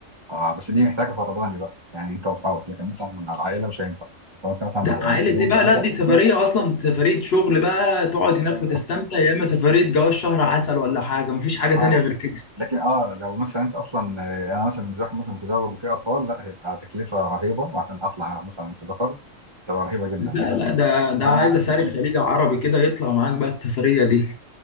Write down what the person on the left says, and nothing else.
لا عائلة ايه بقى
لا دي سفرية
اصلا سفرية شغل بقى تقعد هناك
وتستمتع يا اما سفرية جواز شهر عسل ولا حاجة مفيش حاجة تانية
غير كده
لا
لا ده ده
عايز
اسافر
خليج عربي كده يطلع معاك بقى السفرية دي